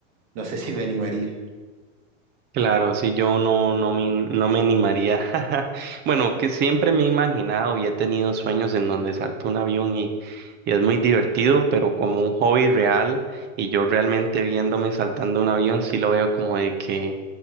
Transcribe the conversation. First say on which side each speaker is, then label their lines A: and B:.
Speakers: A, on the right; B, on the right.
A: no sé si me animaría.
B: Claro, sí, yo no, no me, no me animaría. <laughs> Bueno, que siempre me he imaginado y he tenido sueños en donde salto un avión y, y es muy divertido, pero como un hobby real y yo realmente viéndome saltando un avión, sí lo veo como de que